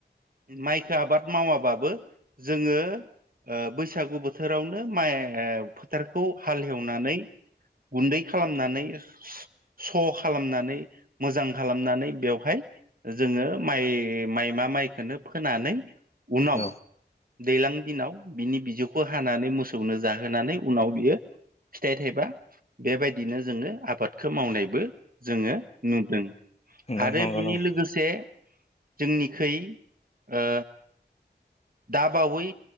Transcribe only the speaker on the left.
औ
नंगौ
नंगौ औ